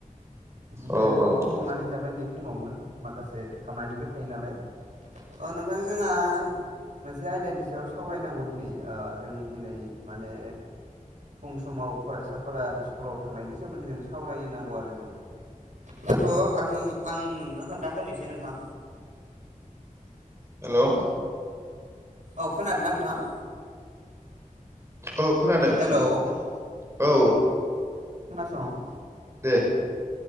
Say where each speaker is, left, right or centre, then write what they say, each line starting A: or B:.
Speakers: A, on the right; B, on the right.
A: बिदिनो
B: औ औ औ
A: संनानै जाबाय नै फुङावनो माखासे खामानिबो थायो नालाय। ओ नोंथां जोंहा मोनसे आयदानि सायाव सावरायनांगौ दिनै ओ जों दिनै माने फुं समाव फरायसाफोरा स्कुलाव थांनायनि सोमोन्दै जों सावरायनांगौ आरो जों। दाथ' आङो आं नोंनो खोन्थाग्रोनोसै नोंथां
B: हेल'
A: औ खोनादोंना नोंथां?
B: औ खोनादों
A: हेलौ
B: खोनादों औ
A: सं
B: दे